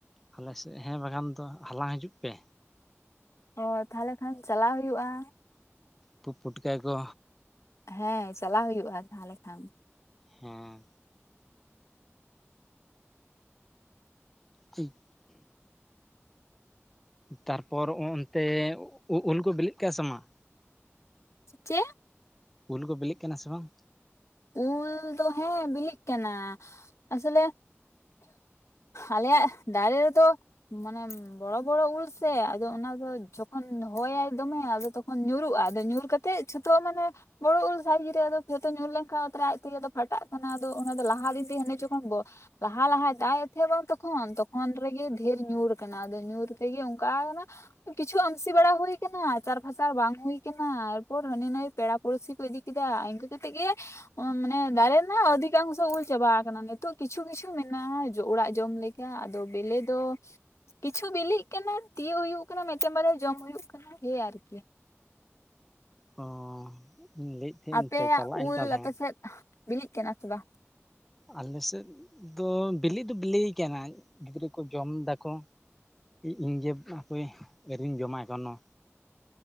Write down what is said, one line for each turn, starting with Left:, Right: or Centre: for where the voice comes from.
Centre: ᱟᱞᱮ ᱥᱮᱫ ᱦᱮᱸ ᱵᱟᱠᱷᱟᱱ ᱫᱚ ᱦᱟᱞᱟᱝ ᱦᱤᱡᱩᱜ ᱯᱮ
Left: ᱚ ᱛᱟᱦᱞᱮ ᱠᱷᱟᱱ ᱪᱟᱞᱟᱣ ᱦᱩᱭᱩᱜ-ᱟ
Centre: ᱯᱩᱛ ᱯᱩᱴᱠᱟᱭ ᱠᱚ
Left: ᱦᱮᱸ ᱪᱟᱞᱟᱣ ᱦᱩᱭᱩᱜ-ᱟ ᱛᱟᱦᱟᱞᱮ ᱠᱷᱟᱱ
Centre: ᱦᱮᱸ ᱪᱤᱜ ᱛᱟᱨᱯᱚᱨ ᱚᱱᱛᱮ ᱩᱞ ᱠᱚ ᱵᱤᱞᱤᱜ ᱠᱟᱱᱟ ᱥᱮ ᱵᱟᱝ
Left: ᱪᱮᱜ
Centre: ᱩᱞ ᱠᱚ ᱵᱤᱞᱤᱜ ᱠᱟᱱᱟ ᱥᱮ ᱵᱟᱝ
Left: ᱩᱞ ᱫᱚ ᱦᱮᱸ ᱵᱤᱞᱤᱜ ᱠᱟᱱᱟ ᱟᱥᱚᱞᱮ ᱟᱞᱮᱭᱟᱜ ᱫᱟᱨᱮ ᱨᱮᱫᱚ ᱢᱟᱱᱮ ᱵᱚᱲᱚ ᱵᱚᱲᱚ ᱩᱞ ᱥᱮ ᱟᱫᱚ ᱚᱱᱟ ᱟᱫᱚ ᱡᱚᱠᱷᱚᱱ ᱦᱚᱭᱟᱭ ᱫᱚᱢᱮ ᱟᱫᱚ ᱛᱚᱠᱷᱚᱱ ᱧᱩᱨᱩᱜ-ᱟ ᱟᱫᱚ ᱧᱩᱨ ᱠᱟᱛᱮ ᱡᱷᱚᱛᱚ ᱢᱟᱱᱮ ᱵᱚᱲᱚ ᱩᱞ ᱥᱮ ᱠᱩᱧᱨᱮ ᱟᱫᱚ ᱡᱚᱛᱚ ᱧᱩᱨ ᱞᱮᱱ ᱚᱛ ᱨᱮ ᱟᱡ ᱛᱮᱜᱮ ᱛᱚ ᱯᱷᱟᱴᱟᱜ ᱠᱟᱱᱟ ᱟᱫᱚ ᱚᱱᱟ ᱫᱚ ᱞᱟᱦᱟ ᱨᱮᱜᱤ ᱦᱟᱱᱮ ᱡᱚᱠᱷᱚᱱ ᱞᱟᱦᱟ ᱞᱟᱦᱟᱭ ᱫᱟᱜ ᱮᱫ ᱵᱟᱝ ᱛᱚᱠᱷᱚᱱ ᱛᱚᱠᱷᱚᱱ ᱨᱮᱜᱮ ᱰᱷᱮᱨ ᱧᱩᱨ ᱟᱠᱟᱱᱟ ᱟᱫᱚ ᱧᱩᱨ ᱛᱮᱜᱮ ᱚᱱᱠᱟ ᱠᱟᱱᱟ ᱠᱤᱪᱷᱩ ᱟᱢᱥᱤ ᱵᱟᱲᱟ ᱦᱩᱭ ᱠᱟᱱᱟ ᱟᱪᱟᱨ ᱯᱷᱟᱪᱟᱨ ᱵᱟᱝ ᱦᱩᱭ ᱠᱟᱱᱟ ᱮᱨᱯᱚᱨ ᱦᱟᱹᱱᱤ ᱱᱟᱹᱭ ᱯᱮᱲᱟ ᱯᱚᱲᱥᱤ ᱠᱚ ᱤᱫᱤ ᱠᱮᱫᱟ ᱤᱱᱠᱟᱹ ᱠᱟᱛᱮᱫ ᱜᱮ ᱢᱟᱱᱮ ᱫᱟᱨᱮ ᱨᱮᱱᱟᱜ ᱚᱫᱷᱤᱠᱟᱝᱥᱚ ᱩᱞ ᱪᱟᱵᱟ ᱠᱟᱱᱟ ᱱᱤᱛᱳᱜ ᱠᱤᱪᱷᱩ ᱠᱤᱪᱷᱩ ᱢᱮᱱᱟᱜ-ᱟ ᱚᱲᱟᱜ ᱡᱚᱢ ᱞᱮᱠᱟ ᱟᱫᱚ ᱵᱮᱞᱮ ᱫᱚ ᱠᱤᱪᱷᱩ ᱵᱤᱞᱤᱜ ᱠᱟᱱᱟ ᱛᱤᱭᱳᱜ ᱦᱩᱭᱩᱜ ᱠᱟᱱᱟ ᱢᱤᱫᱴᱮᱱ ᱵᱟᱨᱭᱟ ᱡᱚᱢ ᱦᱩᱭᱩᱜ ᱠᱟᱱᱟ ᱮᱭ ᱟᱨᱠᱤ
Centre: ᱚ ᱤᱧ ᱞᱟᱹᱭᱮᱫ ᱛᱟᱦᱮᱸᱫ
Left: ᱟᱯᱮᱭᱟᱜ
Centre: ᱤᱧ ᱪᱟᱞᱟᱜ ᱟᱹᱧ
Left: ᱩᱞ
Centre: ᱛᱟᱦᱚᱞᱮ
Left: ᱟᱯᱮ ᱥᱮᱫ ᱵᱤᱞᱤᱜ ᱠᱟᱱᱟ ᱥᱮ ᱵᱟᱝ
Centre: ᱟᱞᱮ ᱥᱮᱫ ᱫᱚ ᱵᱤᱞᱤᱜ ᱫᱚ ᱵᱤᱞᱤᱭ ᱠᱟᱱᱟ ᱜᱤᱫᱽᱨᱟᱹ ᱠᱚ ᱡᱚᱢ ᱫᱟᱠᱚ ᱤᱧ ᱡᱮ ᱦᱟᱯᱮ ᱟᱹᱣᱨᱤᱧ ᱡᱚᱢᱟ ᱮᱠᱷᱳᱱᱳ